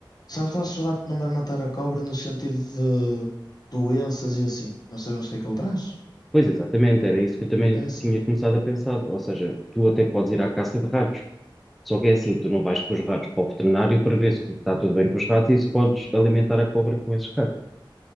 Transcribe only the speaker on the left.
Sabes lá se o rato não vai matar a cobra no sentido de doenças e assim. Não sabemos o que é que ele traz.
É essa.